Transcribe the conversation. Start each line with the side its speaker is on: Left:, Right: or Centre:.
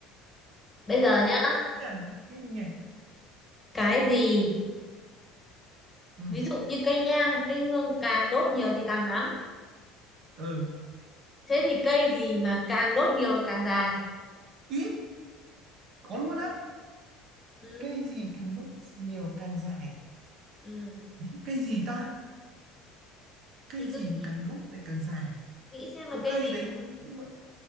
Left: bây
Right: quá
Left: giờ nhá
Right: à, kinh nhỉ
Left: cái gì
Right: ừ
Left: ví dụ như cây nhang cây hương càng đốt nhiều thì càng ngắn
Right: ừ
Left: thế thì cây gì mà càng đốt nhiều thì càng dài
Right: ý có luôn á
Left: ừ,
Right: cây gì càng đốt nhiều càng dài
Left: ừ.
Right: Ý, cây gì ta cây
Left: thì
Right: gì
Left: cứ nghĩ,
Right: mà càng đốt thì càng dài
Left: nghĩ xem là
Right: có
Left: cây
Right: cây
Left: gì
Right: đấy
Left: càng,
Right: cũng nhưng mà